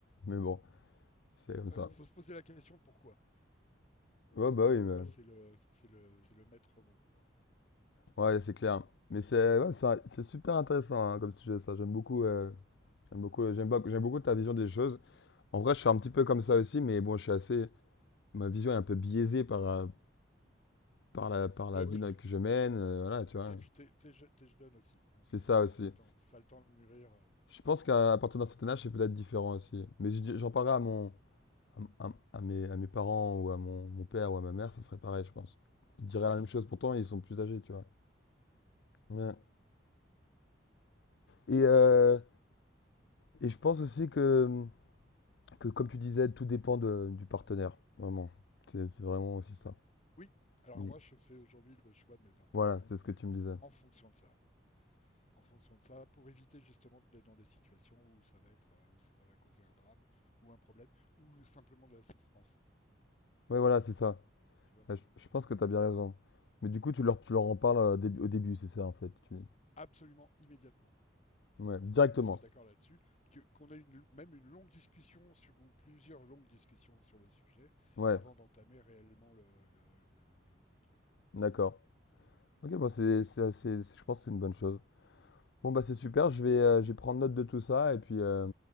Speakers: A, on the left (about 65°); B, on the left (about 40°).
A: Mais bon, c'est comme
B: Ouais,
A: ça.
B: faut se poser la question pourquoi.
A: Ouais, bah
B: Pourquoi
A: oui, mais...
B: c'est le c'est le c'est le maître mot. Quoi.
A: ouais, c'est clair. Mais c'est ouais, ça- c'est super intéressant hein, comme sujet, ça. J'aime beaucoup, euh, j'aime beaucoup, j'aime beaucoup, j'aime beaucoup ta vision des choses. En vrai, je suis un petit peu comme ça aussi, mais bon, je suis assez, ma vision est un peu biaisée par, euh, par la, par la
B: Ouais,
A: vie
B: puis,
A: dans- que je mène, euh, voilà, tu vois.
B: et puis t'es t'es je- t'es jeune aussi, donc
A: C'est
B: euh,
A: ça
B: ça
A: aussi.
B: a le temps ça a le temps de mûrir. euh,
A: Je pense qu'à partir d'un certain âge, c'est peut-être différent aussi. Mais je dis- j'en parlerai à mon,
B: de-
A: à, à- à mes, à mes parents ou à mon, mon père ou à ma mère, ça serait pareil, je pense. Ils diraient
B: Oui,
A: la même chose, pourtant ils sont plus âgés, tu vois. Ouais. Et, euh, et je pense aussi que, que, comme tu disais, tout dépend de- du partenaire, vraiment. C'est c'est vraiment aussi ça.
B: oui. Alors
A: Mm.
B: moi je fais aujourd'hui le choix de mes partenaires
A: Voilà, c'est ce que tu me disais.
B: en fonction de ça. En fonction de ça, pour éviter justement d'être dans des situations où ça va être euh, où ça va causer un drame ou un problème ou simplement de la souffrance.
A: Ouais, voilà, c'est ça.
B: Tu vois.
A: Ouais, Je, je pense que tu as bien raison. Mais du coup, tu leur, tu leur en parles euh, dé- au début, c'est ça, en fait. tu-
B: Absolument immédiatement.
A: Ouais, directement.
B: qu'on soit d'accord là-dessus, que, qu'on ait une- même une longue discussion sur, ou plusieurs longues discussions sur le sujet
A: Ouais,
B: avant d'entamer réellement le, le- le- le- le truc. quoi.
A: d'accord. Ok, bon, c'est, c'est assez- c'est- je pense que c'est une bonne chose. Bon, bah c'est super, je vais, euh, je vais prendre note de tout ça et puis, euh,